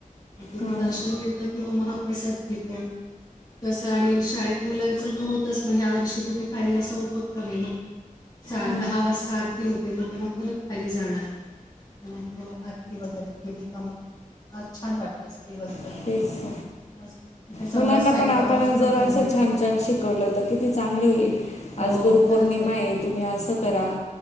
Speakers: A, on the left (about 25°); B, on the left (about 50°).
A: तिथ
B: हम्म.
A: दर्शन
B: हा,
A: घेतलं किंवा महाप्रसाद घेतला तस आणि शाळेत मुलांच होतच मग ह्या वर्षी तिथे खाली असा उपक्रम आहे सा
B: हा.
A: मग दहा वाजता आरती ते मग तेव्हा परत खाली जाणार आरती वगैरे केली का मग? ह छान वाटतं असं दिवसभर.
B: हा तेच
A: मस्त इथे जवळ
B: मुलांना
A: साईबाबांचं
B: पण आपण जरा
A: पण मंदिर
B: असं छान
A: आहे
B: छान शिकवलं तर किती चांगलं होईल
A: हो
B: आज गुरू
A: खरंच
B: पौर्णिमा आहे तुम्ही असं करा